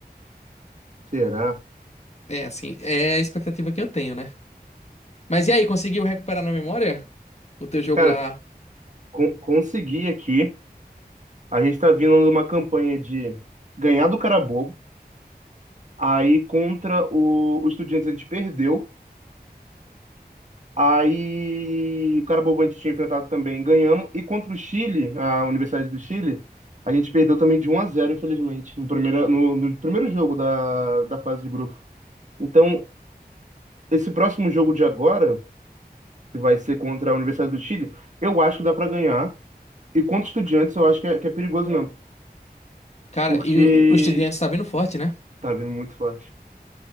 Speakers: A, on the right; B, on the left.
A: Será?
B: É, assim, é a expectativa que eu tenho, né? Mas e aí, conseguiu recuperar na memória o teu jogo
A: Cara,
B: lá?
A: con- consegui aqui. A gente tá vindo numa campanha de ganhar do cara bobo. Aí contra o, o Estudiantes a gente perdeu. Aí o Carabobo a gente tinha enfrentado também, ganhamos. E contra o Chile, a Universidade do Chile, a gente perdeu também de um a zero infelizmente, no primeiro, no, no primeiro jogo da, da fase de grupo. Então, esse próximo jogo de agora, que vai ser contra a Universidade do Chile, eu acho que dá para ganhar. E contra o Estudiantes, eu acho que é, que é perigoso mesmo,
B: Cara,
A: porque
B: e o, o Estudiantes tá vindo forte, né?
A: tá vindo muito forte.